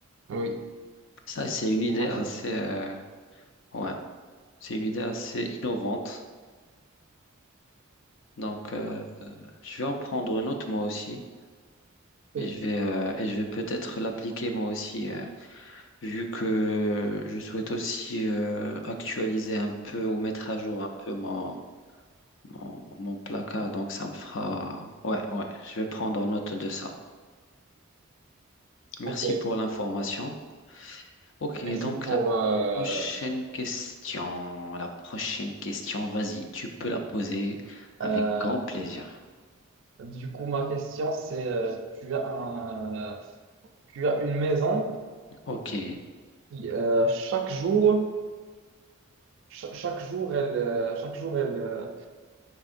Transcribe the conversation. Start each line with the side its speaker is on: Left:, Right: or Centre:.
Right: Oui,
Left: Ça, c'est une idée
Right: automatique.
Left: assez, euh, ouais. C'est une idée assez innovante. Donc, euh, je vais en prendre une autre moi aussi
Right: Ok,
Left: et je vais, euh, et je vais peut-être l'appliquer moi aussi, euh, vu que je souhaite aussi euh, actualiser un peu ou mettre à jour un peu mon, mon, mon placard. Donc, ça me fera... Ouais, ouais, je vais prendre note de ça. Merci
Right: Ok.
Left: pour l'information. Ok,
Right: merci
Left: donc
Right: pour...
Left: la
Right: euh,
Left: prochaine question, la prochaine question, vas-y, tu peux la poser avec
Right: Euh,
Left: grand plaisir.
Right: du coup, ma question, c'est, euh, tu as un, euh, tu as une maison
Left: Ok,
Right: qui, euh, chaque jour, cha- chaque jour, elle, euh, chaque jour, elle, euh,